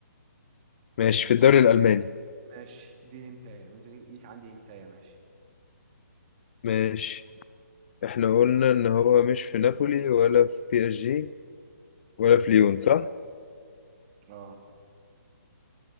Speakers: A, on the left; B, on the right.
A: ماشي في الدوري الألماني
B: ماشي دي هنتايه وانت ليك ليك عندي هنتايه ماشي
A: ماشي احنا قلنا إن هو مش في نابولي ولا في بي اس جي ولا في ليون صح؟
B: اه